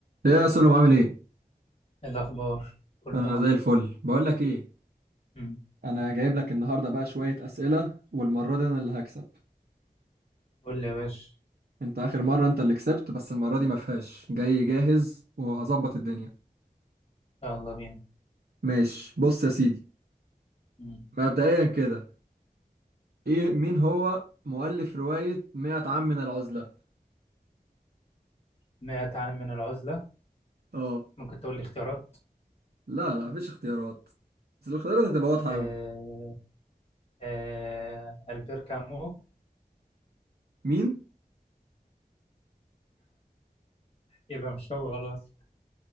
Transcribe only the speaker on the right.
ايه يا سلم عامل ايه
انا
زي الفل بقول لك ايه
انا جايب لك النهارده بقى شويه اسئله والمره دي انا اللي هكسب
انت اخر مره انت اللي كسبت بس المره دي ما فيهاش جاي جاهز وهظبط الدنيا
ماشي بص يا سيدي
مبدئيا كده ايه مين هو مؤلف روايه 100 عام من العزله
اه
لا لا مفيش اختيارات بس الاختيارات هتبقى واضحه
قوي
مين